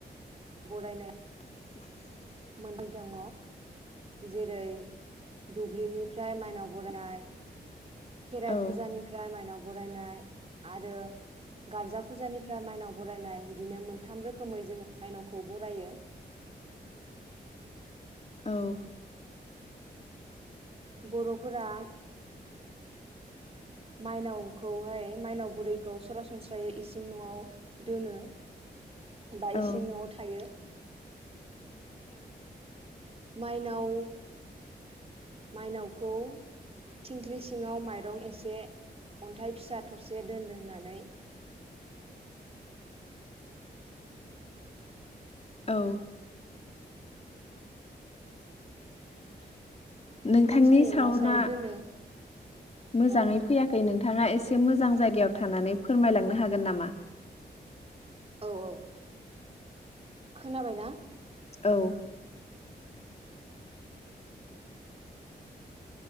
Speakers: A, on the right (about 35°); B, on the left (about 35°).
A: बरायनाय
B: <inaudible>
A: मोननै दङ जेरै दुब्लिनिफ्राय माइनाव बरायनाय। खेराइ
B: औ
A: फुजानिफ्राय माइनाव बरायनाय आरो गारजा फुजानिफ्राय माइनाव बरायनाय बिदिनो मोनथाम रोखोमै जोङो माइनावखौ बरायो।
B: औ।
A: बर'फोरा माइनावखौहाय माइनाव बुरैखौ सरासनस्रायै इसिं न'आव दोनो। बा
B: औ
A: इसिं न'आव थायो। माइनाव मायनावखौ थिंख्लि सिङाव माइरं एसे अन्थाइ फिसा थरसे दोनो होननानै
B: औ। <inaudible> नोंथांनि
A: खाथिनि
B: साउन्डआ
A: औवा सायाव दोनो
B: मोजाङै
A: हो
B: फैयाखै नोंथां। नोंथाङा एसे मोजां जायगायाव थानानै फोरमायलांनो हागोन नामा?
A: औ औ खोनाबाय ना?
B: औ।